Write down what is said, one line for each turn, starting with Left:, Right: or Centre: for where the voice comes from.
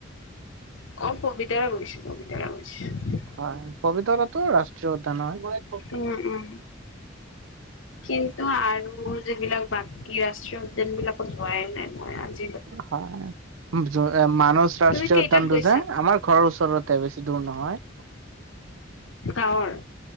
Left: অহ পবিতৰা গৈছোঁ পবিতৰা গৈছোঁ।
Right: হয় পবিতৰাটো ৰাষ্ট্ৰীয় উদ্যান হয়।
Left: উম উম কিন্তু আৰু যিবিলাক বাকী ৰাষ্ট্ৰীয় উদ্যান বিলাকত যোৱাই নাই মই আজি
Right: হয় মানস ৰাষ্ট্ৰীয়
Left: তুমি কেইটাত
Right: উদ্যানটো
Left: গৈছা
Right: যে আমাৰ ঘৰৰ ওচৰতে বেছি দূৰ নহয়।
Left: গাঁৱৰ?